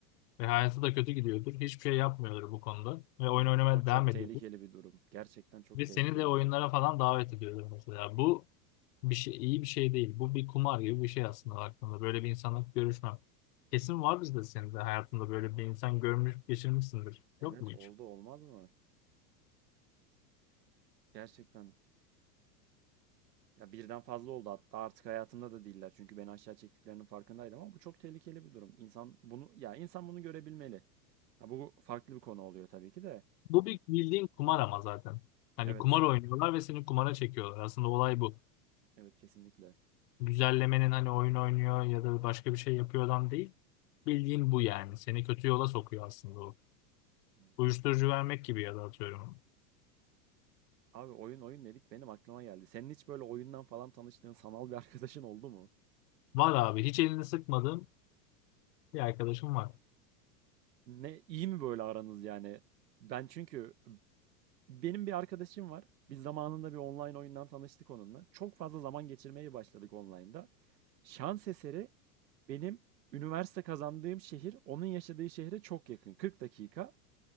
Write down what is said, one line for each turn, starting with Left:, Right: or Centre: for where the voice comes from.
Left: Ve hayatı da kötü gidiyordur. Hiçbir şey yapmıyordur bu konuda. Ve oyun
Right: Evet,
Left: oynamaya
Right: o çok
Left: devam
Right: tehlikeli
Left: ediyordur.
Right: bir durum. Gerçekten çok
Left: Ve
Right: tehlikeli
Left: seni de oyunlara
Right: bir durum.
Left: falan davet ediyordur mesela. Bu bir şey, iyi bir şey değil. Bu bir kumar gibi bir şey aslında baktığında. Böyle bir insanla görüşmem. Kesin var bizde senin de hayatında böyle bir insan görmüş, geçirmişsindir.
Right: Evet,
Left: Yok mu hiç?
Right: oldu olmaz mı? Gerçekten. Ya birden fazla oldu hatta artık hayatımda da değiller. Çünkü beni aşağı çektiklerinin farkındaydım ama bu çok tehlikeli bir durum. İnsan bunu ya insan bunu görebilmeli. Ha bu farklı bir konu oluyor tabii ki de.
Left: Bu bir bildiğin kumar ama zaten. Hani
Right: Evet.
Left: kumar oynuyorlar ve seni kumara çekiyorlar. Aslında olay bu.
Right: Evet kesinlikle.
Left: Güzellemenin hani oyun oynuyor ya da başka bir şey yapıyordan değil. Bildiğin bu yani. Seni kötü yola sokuyor aslında o.
Right: Evet.
Left: Uyuşturucu vermek gibi ya da atıyorum.
Right: Abi oyun oyun dedik benim aklıma geldi. Senin hiç böyle oyundan falan tanıştığın sanal bir arkadaşın oldu mu?
Left: Var abi. Hiç elini sıkmadığım bir arkadaşım var.
Right: Ne iyi mi böyle aranız yani? Ben çünkü Benim bir arkadaşım var. Biz zamanında bir online oyundan tanıştık onunla. Çok fazla zaman geçirmeye başladık online'da. Şans eseri benim üniversite kazandığım şehir onun yaşadığı şehre çok yakın. 40 dakika.